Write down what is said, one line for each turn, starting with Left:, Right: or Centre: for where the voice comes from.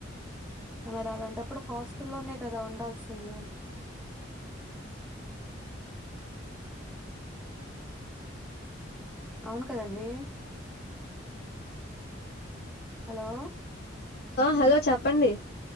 Centre: మరి అలాంటప్పుడు హాస్టల్లోనే కదా ఉండాల్సిందే అవును కదండి హలో
Left: ఆ హలో చెప్పండి